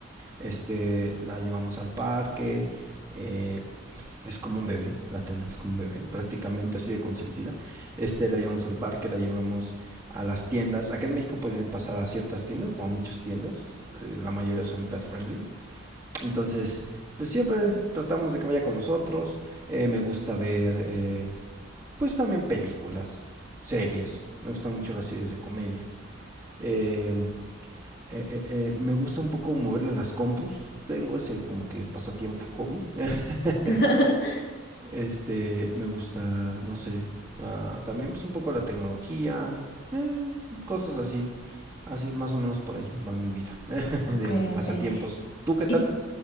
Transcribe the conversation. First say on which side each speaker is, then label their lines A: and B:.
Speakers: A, on the right; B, on the left.
A: Este, la llevamos al parque, eh, es como un bebé, la tenemos como un bebé, prácticamente así de consentida. Este, la llevamos al parque, la llevamos a las tiendas. Acá en México pueden pasar a ciertas tiendas o a muchas tiendas, eh, la mayoría son pet friendly. Entonces, pues siempre tratamos de que vaya con nosotros. Eh, me gusta ver, eh, pues también películas, series. Me gustan mucho las series de comedia. Eh, eh, eh, eh, me gusta un poco moverle a las compus. Tengo ese como que pasatiempo, hobby. <laughs>
B: <laughs>
A: este, me gusta, no sé, ah, también pues un poco la tecnología, eh, cosas así. Así, más o menos por ahí va mi vida <laughs> de
B: Okay, okay.
A: pasatiempos. ¿Tú qué tal?
B: Y t-